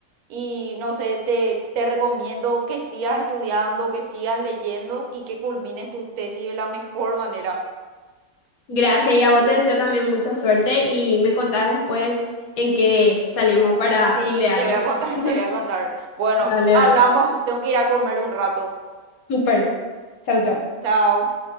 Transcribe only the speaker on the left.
Gracias y a vos te deseo también mucha suerte y me contás después en qué salimos para
fin de año.
<laughs>
Dale,
dale.
Súper. Chau, chau.